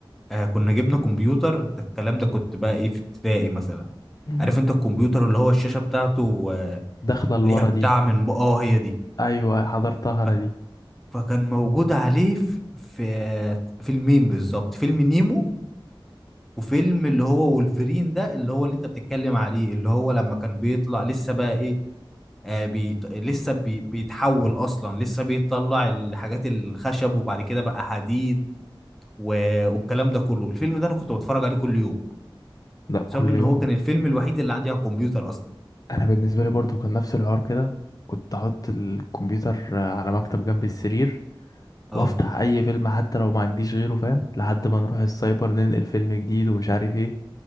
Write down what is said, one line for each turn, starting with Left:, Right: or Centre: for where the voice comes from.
Centre: آه كنا جبنا كمبيوتر ده الكلام ده كنت بقى ايه في ابتدائي مثلا
Left: <laughs>
Centre: عارف انت الكمبيوتر اللي هو الشاشة بتاعته آه،
Left: داخله
Centre: ليها
Left: لورا دي
Centre: بتاع من بق- اه هي دي
Left: ايوه حضرتها انا
Centre: فك-
Left: دي
Centre: فكان موجود عليه في في فيلمين بالظبط فيلم نيمو وفيلم اللي هو وولفرين ده اللي هو اللي انت بتتكلم عليه اللي هو لما كان بيطلع لسه بقى ايه آه بيت... لسه بي... بيتحول اصلا لسه بيطلع الحاجات الخشب وبعد كده بقى حديد و... والكلام ده كله الفيلم ده انا كنت بتفرج عليه كل يوم
Left: لا كل
Centre: بسبب ان
Left: يوم
Centre: هو كان الفيلم الوحيد اللي عندي على الكمبيوتر اصلا
Left: انا بالنسبه لي برضو كان نفس الحوار كده كنت احط الكمبيوتر على مكتب جنب السرير
Centre: اه
Left: وافتح اي فيلم حتى لو ما عنديش غيره فاهم لحد ما نروح السايبر ننقل فيلم جديد ومش عارف ايه